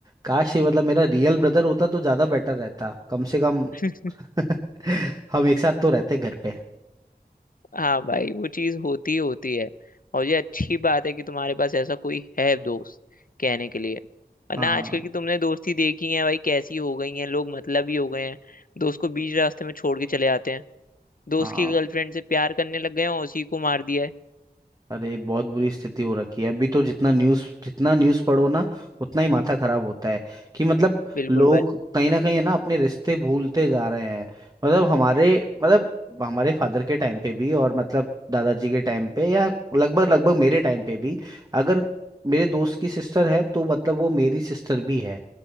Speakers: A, on the right; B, on the left.
A: काश ये मतलब मेरा रियल ब्रदर होता तो ज्यादा बेटर रहता कम से कम
B: <laughs>
A: <laughs> हम एक साथ तो रहते घर पे
B: हाँ भाई वो चीज होती ही होती है और ये अच्छी बात है कि तुम्हारे पास ऐसा कोई है दोस्त कहने के लिए वरना
A: हाँ
B: आजकल की तुमने दोस्ती देखी है भाई कैसी हो गई है लोग मतलब ही हो गए हैं दोस्त को बीच रास्ते में छोड़ के चले आते हैं दोस्त
A: हाँ
B: की गर्लफ्रेंड से प्यार करने लग गए हैं और उसी को मार दिया है
A: अरे बहुत बुरी स्थिति हो रखी है अभी तो जितना न्यूज़ जितना न्यूज़ पढ़ो ना उतना ही माथा खराब होता है कि मतलब
B: बिल्कुल
A: लोग
B: भाई
A: कहीं ना कहीं है ना अपने रिश्ते भूलते जा रहे हैं मतलब हमारे मतलब हमारे फादर के टाइम पे भी और मतलब दादाजी के टाइम पे या लगभग लगभग मेरे टाइम पे भी अगर मेरे दोस्त की सिस्टर है तो मतलब वो मेरी सिस्टर भी है